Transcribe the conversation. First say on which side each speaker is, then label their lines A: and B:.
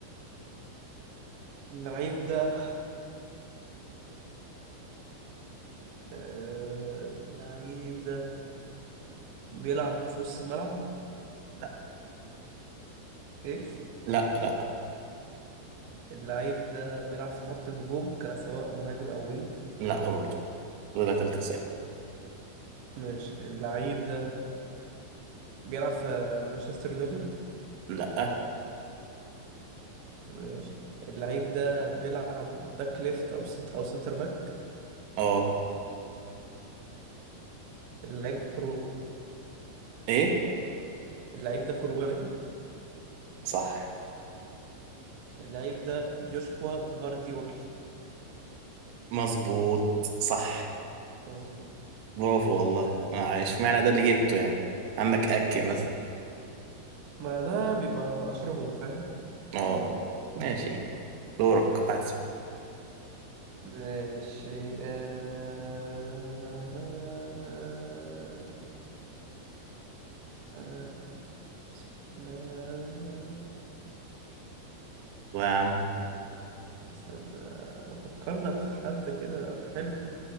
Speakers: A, on the right; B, on the right.
A: اللعيب ده آه... اللعيب ده بيلعب في نص الملعب
B: لا
A: ايه
B: لا لا
A: اللعيب ده بيلعب في خط الهجوم كسواء مهاجم او وينج
B: لا برضه كده تلات اسئله
A: ماشي اللعيب ده بيلعب في مانشستر يونايتد
B: لا
A: ماشي اللعيب ده بيلعب باك ليفت او سنت او سنتر باك
B: اه
A: اللعيب كرو
B: ايه
A: اللعيب ده كرواتي
B: صح
A: اللعيب ده يوشكوا جفارديول
B: مظبوط صح
A: مظبوط
B: برافو والله آه، اشمعنى ده اللي جبته يعني عندك اكي مثلا
A: ما ده بيبقى اشهرهم فاهم
B: اه ماشي دورك أحسن.
A: ماشي آه... آه... بسم الله
B: الله يا عم
A: استنى بفكر لك في حد كده حلو